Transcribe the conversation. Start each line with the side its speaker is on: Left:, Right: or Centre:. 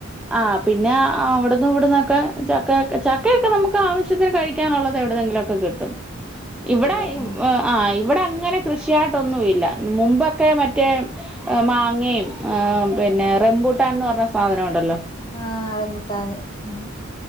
Centre: ആ പിന്നെ അവിടന്നിവിടുന്നൊക്കെ ചക്കയൊ ചക്കയൊക്കെ നമുക്കാവശ്യത്തിന് കഴിക്കാനുള്ളത് എവിടെന്നെങ്കിലൊക്കെ കിട്ടും
Left: കിട്ടൂല്ലേ
Centre: ഇവിടെ ഇ
Left: ആഹ്
Centre: ആ് അ ഇവിടെ അങ്ങനെ കൃഷിയായിട്ടൊന്നുംല്ല മുമ്പൊ ക്കെ മറ്റേ ഏ മാങ്ങയും ഏ പിന്നെ റെംബൂട്ടാൻന്നറഞ്ഞ സാധനുണ്ടല്ലോ
Left: ആ റെംബൂട്ടാന് ഉം